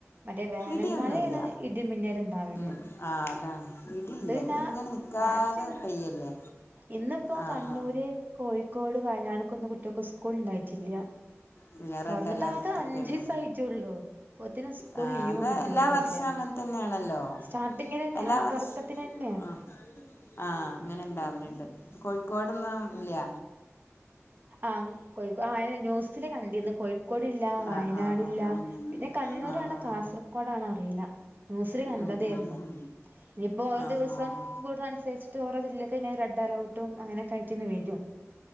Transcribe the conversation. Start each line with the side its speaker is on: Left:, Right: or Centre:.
Right: മറ്റേ വേനൽ
Left: ഇടിയൊന്നുമില്ല
Right: മഴയാണ് ഇടിമിന്നല ഉണ്ടാവല്
Left: ഉം ആ അതാണ് ഇടിയില്ല
Right: ഇത് പിന്ന
Left: അത് ഇങ്ങനെ നിൽക്കാതെ
Right: കാറ്റ് ഇണ്ട്
Left: പെയ്യല്ലേ
Right: ഇന്നിപ്പോ
Left: ആ
Right: കണ്ണൂര്
Left: ആ
Right: കോഴി ക്കോട് വയനാട്ക്കൊ കുട്ടികൾക്ക് സ്കൂൾ ഉണ്ടായിട്ടില്ല.
Left: പിന്ന റെഡ്
Right: തൊറന്നിട്ട്
Left: അലർട്ടെക്കെയാണ്.
Right: ആകെ അഞ്ചീസായിട്ടൊള്ളൂ അപ്പോത്തിന് സ്കൂൾ
Left: ആ
Right: ലീവും
Left: അത്
Right: കിട്ടി
Left: എല്ലാ
Right: ഓൽക്കൊക്കെ
Left: വർഷവും അങ്ങനെ തന്നെയാണല്ലോ
Right: സ്റ്റാർട്ടിങ്ങിലെന്നെ
Left: എല്ലാ
Right: ആ
Left: വർഷ
Right: തൊടക്കത്തിലെന്നെ
Left: ആ അങ്ങനെ ഇണ്ടാവലുണ്ട് കൊ കോടൊന്നും ഇല്ല്യ.
Right: ആഹ് കൊഴിക്കെ ന്യൂസില്കണ്ടിന്ന് കോഴി ക്കോട് ഇല്ല, വയനാടില്ല,
Left: ആ ആ ആ ആ
Right: പിന്നെ കണ്ണൂരാണ്
Left: ആ ആ
Right: കാസർകോഡാണ
Left: ആ
Right: അറിയില്ല ന്യൂസില് കണ്ടതായിരുന്നു
Left: ഉം ഉം ഉം
Right: ഇനിയിപ്പോ ഓരോ
Left: ആ
Right: ദിവസം
Left: ആ ആ
Right: കൂടനുസരിച്ചിട്ട് ഓരോ ജില്ല പിന്നെ റെഡ്ലർട്ടും അങ്ങനൊക്കെ ആയ്ട്ടന്ന വരും